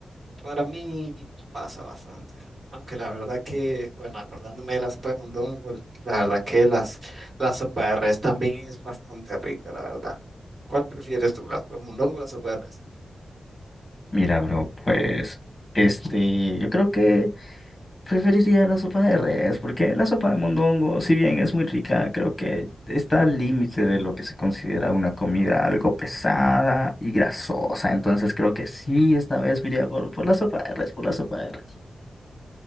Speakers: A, on the right (about 35°); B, on the left (about 15°).
A: Para mí pasa bastante, aunque la verdad que, bueno, acordándome de la sopa de mondongo, la verdad que las, la sopa de res también es bastante rica, la verdad. ¿Cuál prefieres tú, la sopa de mondongo o la sopa de res?
B: Mira, bro, pues este, yo creo que... Preferiría la sopa de res, porque la sopa de mondongo, si bien es muy rica, creo que está al límite de lo que se considera una comida algo pesada y grasosa. Entonces creo que sí, esta vez me iría por, por la sopa de res, por la sopa de res.